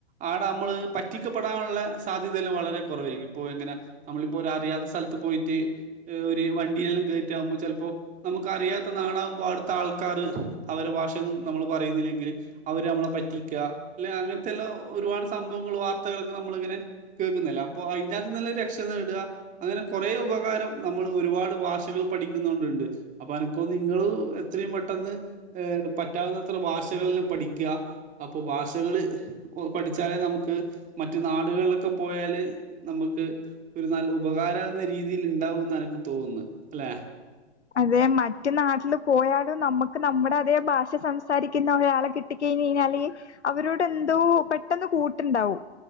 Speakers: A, on the right; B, on the left.
A: ആടെ അമ്മള് പറ്റിക്കപ്പെടാനു ള്ള സാധ്യതയെല്ലാം വളരെ കൊ റവേരിക്കും ഇപ്പൊ എങ്ങനാ നമ്മള് ഇപ്പൊ ഒരു അറിയാത്തസ്ഥലത്തു പോയിട്ട് ഈ വണ്ടിയെല്ലാം കേറ്റാകുമ്പോ ചെ ലപ്പോ നമുക്ക് അറിയാത്ത നാടാവു മ്പോ ആടുത്തെ ആൾക്കാറ് അവരെ ഭാഷയൊന്നും നമ്മള് പറയിന്നില്ലെങ്കില് അവര് അ മ്മളെ പറ്റിക്ക ലേ അങ്ങനത്തെല്ലോം ഒരുപാട് സംഭവങ്ങളും വാർത്തകളൊക്കെ നമ്മളിങ്ങനെ കേക്കുന്നില്ലെ അപ്പോ അയിന്റാത്ത്ന്നെല്ല ഒരു രക്ഷ നേടാ അങ്ങനെ കൊറേ ഉപകാരം നമ് മ്മള് ഒരുപാട് ഭാഷകള് പഠിക്കുന്നോണ്ട്ണ്ട് അപ്പൊ അനക്കോന്ന് ഇങ്ങളും എത്രയും പെട്ടെന്ന് ഏ പറ്റാവുന്നത്ര ഭാഷകളെല്ലാം പഠിക്ക അപ്പൊ ഭാഷകള് പ്പൊ പഠിച്ചാലേ നമ് ക്ക് മറ്റ് നാടുകള്ലൊക്കെ പോയാല് നമ്ക്ക് ഒരു നല്ല ഉപകാരാവ്ന്ന രീതിൽ ഇണ്ടാവു ന്നെന തോന്നുന്ന് അല്ലെ
B: അതെ മറ്റ് നാട്ടില് പോയാലും നമ്മക്ക് നമ്മടെ അതേ ഭാഷ സംസാരിക്ക്ന്ന ഒരാളെ കിട്ടിക്കയി ഞ്ഞയ്ഞ്ഞാല് അവരോട് എന്തോ പെട്ടെന്ന് കൂട്ട്ണ്ടാവും